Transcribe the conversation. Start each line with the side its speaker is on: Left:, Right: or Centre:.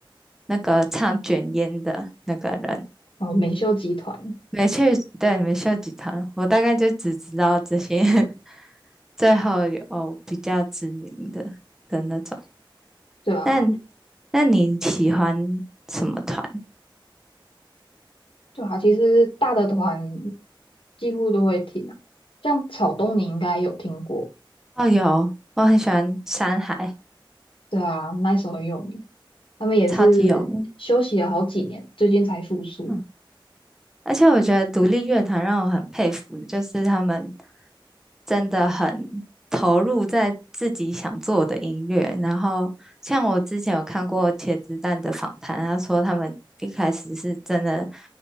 Centre: 那个唱卷烟的那个人。
Left: 哦，美秀集团，
Centre: 没去，对，没秀集团，我大概就只知道这些，<laughs> 最后有比较知名的的那种。
Left: 对啊，
Centre: 那那你喜欢什么团？
Left: 对啊，其实大的团几乎都会听啊，像草东你应该有听过，
Centre: 哦，有，我很喜欢山海，
Left: 对啊，那一首很有名，他们也是休息了好几年，
Centre: 超级有名。
Left: 最近才复苏。
Centre: 嗯而且我觉得独立乐团让我很佩服，就是他们真的很投入在自己想做的音乐。然后，像我之前有看过茄子蛋的访谈，他说他们一开始是真的